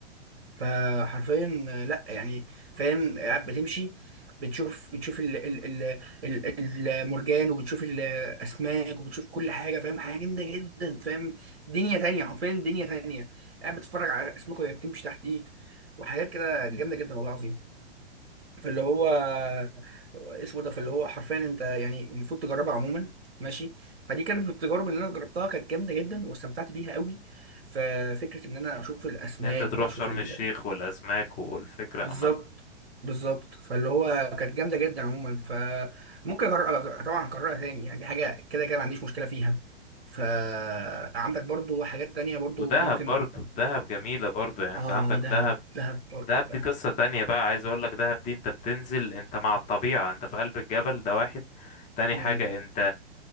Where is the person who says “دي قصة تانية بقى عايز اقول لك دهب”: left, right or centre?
Left